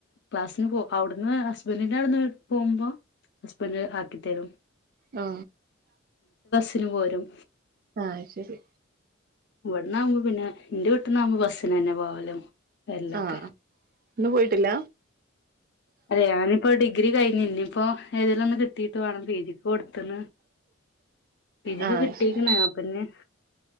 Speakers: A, on the left (about 55°); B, on the right (about 45°).
A: ക്ലാസ്സിന് പോ അവിടുന്ന് ഹസ്ബറ്റിന്റെ അവിടുന്ന് പോകുമ്പോ ഹസ്ബൻഡ് ആക്കിത്തരും
B: ആ
A: <unintelligible> പോരും
B: ആ ശെരി
A: ഇവിട്ന്നാവുമ്പോ പിന്നെ ന്റെ വീട്ട്ന്നാവകുമ്പോ ബസ്സിനെ ന്നെ പോവലും വരലൊക്കെ
B: ആഹ് ഇന്ന് പോയിട്ടില്ല
A: അല്ല ഞാനിപ്പോ ഡിഗ്രി കഴിഞ്ഞു ഇനിയിപ്പോ ഏതേലും ഒന്ന് കിട്ടീട്ട് വേണം പിജിക്ക് കൊടുത്ത്ണ് ഇതില്
B: ആഹ്
A: <unintelligible> കിട്ടിക്ക്ണ്
B: ശരി
A: അപ്പഞ്ഞ്